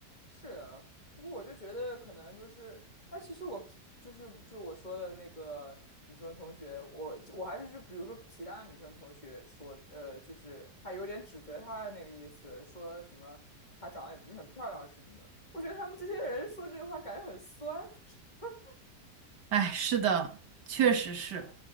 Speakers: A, on the left; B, on the right.
A: 是啊，不过我就觉得可能就是，那其实我就是就我说的那个女生同学，我我还是就比如说其他女生同学说，呃，就是还有点指责她的那个意思，说什么她长得也不是很漂亮什么的。我觉得他们这些人说这句话感觉很酸，<laughs>
B: 哎，是的，确实是，